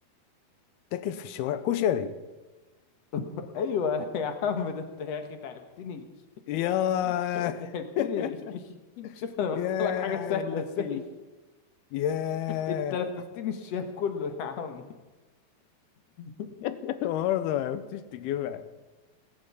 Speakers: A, on the left; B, on the left.
A: تاكل في الشوارع كشري
B: <laughs> أيوة يا عم ده أنت يا أخي تعبتني
A: يا
B: <laughs> تعبتني
A: <laughs>
B: <laughs> شوف أنا
A: يا
B: بختار لك حاجة سهلة
A: يا اخي
B: إزاي <laughs>
A: يا
B: أنت لففتني الشام كله يا عم <laughs>
A: <laughs> برضه ما عرفتش تجيبها